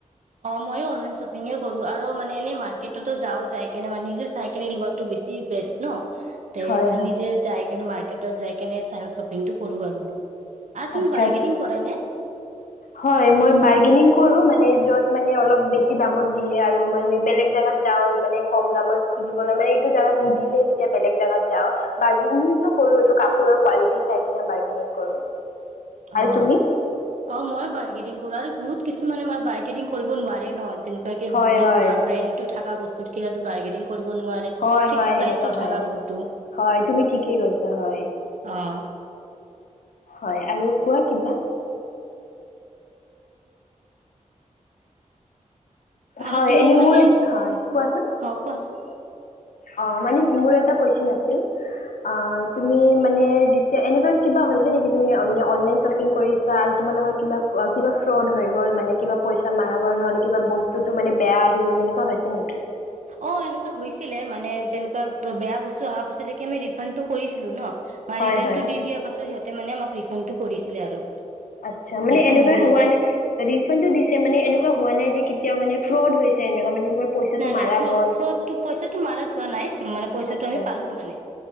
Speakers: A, on the right (about 65°); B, on the left (about 85°).
A: অ ময়ো অনলাইন শ্বপিং এই কৰো আৰু মানে এনেই মাৰ্কেটতো যাও যাই কেনে মানে নিজে চাই কেনে ল লোৱা টো বেছি বেষ্ট ন তে
B: হয় হয়।
A: নিজে যাই কিনে মাৰ্কেটত যাই কিনে টো কৰো আৰু মই আৰু তুমি
B: আচ্ছা
A: বাৰ্গেনিং কৰা নে
B: হয় মই বাৰ্গেনিং কৰোঁ মানে যত মানে অলপ বেছি দামত দিয়ে আৰু মানে বেলেগ জেগাত যাওঁ আৰু মানে কম দামত মানে এইটো জেগাত নিদিলে তেতিয়া বেলেগ জেগাত যাওঁ বৰ্গেনিং টো কৰোঁ এইটো কাপোৰৰ কোৱালিটী চাই কিনি বাৰ্গেনিং কৰোঁ আৰু
A: অ
B: তুমি?
A: অ মই বাৰ্গেনিং কৰাৰ বহুত কিছুমানে আমাৰ কৰিব নোৱাৰে ন জেনেকুৱাকে
B: হয়
A: যত
B: হয়।
A: বা ব্ৰেণ্ড টো থাকা বস্তু ক বাৰ্গেনিং কৰিব নোৱাৰে
B: হয়
A: ফিক্স
B: হয় সেনেকুৱা
A: প্ৰাইজ
B: হয়
A: থাকা বস্তু
B: হয় তুমি ঠিকেই কৈছা হয়
A: অ
B: হয় আৰু কোৱা কিবা
A: আৰু
B: হয়
A: তুমি
B: এনেই
A: মানে
B: মোৰ হয় কোৱাচোন
A: অ', কোৱাচোন
B: অ মানে মোৰ এটা কুৱেচন আছিল অ তুমি মানে যেতিয়া এনেকুৱা কিবা হৈছে নেকি তুমি মানে অনলাইন শ্বপিং কৰিছা আৰু তোমাৰ লগত কিবা কিবা ফ্ৰড হৈ গ'ল মানে কিবা পইচা মাৰা গ'ল নহলে কিবা বস্তুতটো মানে বেয়া আহি গ'ল সেনেুৱা হৈছে নেকি
A: অ এনেকুৱা হৈছিলে মানে যেনেকুৱা বেয়া বস্তু অহা পাছতক আমি ৰিফাণ্ডটো কৰিছিলো ন
B: হয়
A: ৰিটাৰ্ণ
B: হয়
A: টো দি দিয়া পাছত সিহঁতে মানে আমাক ৰিফাণ্ড টো কৰিছে ছিলে আৰু
B: আচ্ছা মানে
A: ৰিফাণ্ড
B: এনেকুৱা
A: দি দিছে।
B: হোৱা নাই ৰিফাডটো দিছে মানে এনেকুৱা হোৱা নাই যে তে মানে ফ্ৰড হৈছে এনেকুৱা মানে তোমাৰ পইচাটো
A: নাই
B: মাৰা
A: নাই ফ্ৰ
B: গ'ল
A: ফ্ৰডটো পইচাটো মাৰা য হোৱা নাই মানে। পইচাটো
B: আচছা
A: আমি পালো মানে